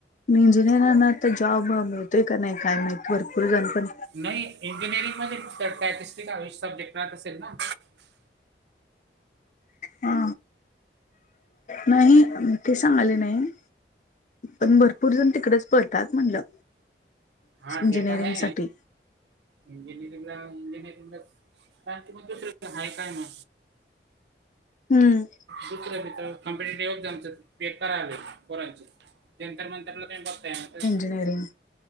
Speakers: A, on the left; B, on the right.
A: मी इंजिनिअर ना तर जॉब होते कर नाही काय मात भरपूर जण पण
B: नाही इंजिनिअरिंग मध्ये तर सॅटिस्टिक सब्जेक्ट राहत असेल ना
A: हा नाही ते सांगले नाही पण भरपूर जण तिकडच परतात म्हणलं
B: हा
A: इंजिनिअरिंग
B: ते तर आहे.
A: साठी.
B: इंजिनिअरिंगला इंजिनिअरिंगला कार मग आहे काय मग
A: हम्म.
B: सूत्र तर कम्पिटट एगजाम करायले बेकार आले पोरांचे जंतर मंतरला बघताय ना
A: हं